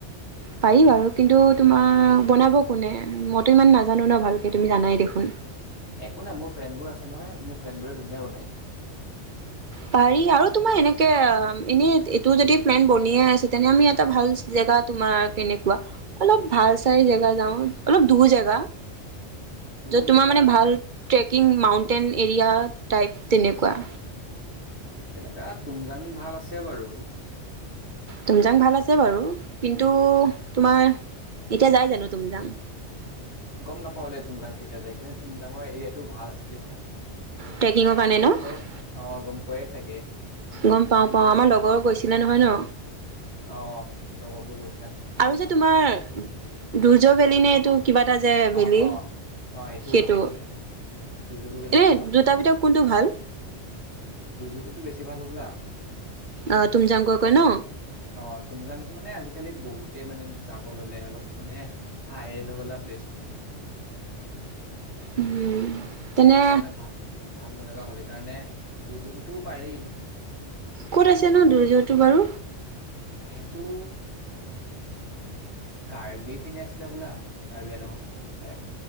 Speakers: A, on the right; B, on the left.
A: পাৰি বাৰু কিন্তু তোমাৰ বনাব কোনে মইতো ইমান নাজানো ন ভালকে তুমি জানাই দেখোন
B: একো নাই মোৰ ফ্ৰেণ্ডবোৰ আছে নহয় মোৰ ফ্ৰেণ্ডবোৰে ধুনীয়া বনায়
A: পাৰি আৰু তোমাৰ এনেকে এনে এইটো যদি প্লেন বনিয়ে আছে তেনে আমি এটা ভাল জেগা তোমাৰ কেনেকুৱা অলপ ভাল চাই জেগা যাওঁ অলপ দূৰ জেগা
B: দূৰ
A: য'ত তোমাৰ
B: জেগা
A: মানে ভালে কিং মাউণ্টেইন এৰিয়া টাইপ তেনেকুৱা
B: তেনেকা তুমজাং ভাল আছে বাৰু
A: তুমজাং ভাল আছে বাৰু কিন্তু
B: হা
A: তোমাৰ এতিয়া যাই জানো তুমজাং
B: গম নাপাও দেই তুমজাং কেতিয়া যায় কিন্তু তুমজাঙৰ এৰিয়াটো ভাল আছে বুজিছা
A: ট্ৰেকিঙৰ কাৰণে
B: গম
A: ন
B: পাই অ গম পাই চাগে
A: গম পাওঁ পাওঁ আমাৰ লগৰো কৈছিল মে নহয় ন
B: অ লগৰবোৰ গৈ
A: আৰু যে তোমাৰ দুৰ্য ভেলি
B: কোৱা
A: নেটো কিবা এটা যে ভেলি
B: অ অ অ সেইটোও
A: সেইটো,
B: ভাল আছে দুজুগু ভেলিটোও
A: এনে দুটা ভিতৰত কোনটো ভাল?
B: দুযুকোতো বেছি ভাল হ'বলা।
A: অ তুম জাংকৈ কৈ ন।
B: অ তুমজাংটো মানে আজিকালি বহুতে মানে যাব ললে অলপ মানে ভাইৰেল হৈ গল ন প্লেচটো
A: উম তেনে
B: তাতে মানে ভাল ভাল নলগা হ'লে সেইকাৰণে দুুযোকোটোও পাৰি
A: ক'ত আছে ন দুযুকুটো বাৰু
B: সেইটো কাৰ্বি পিনে আছিলে হবলা কাৰ্বি আলঙৰ ফালে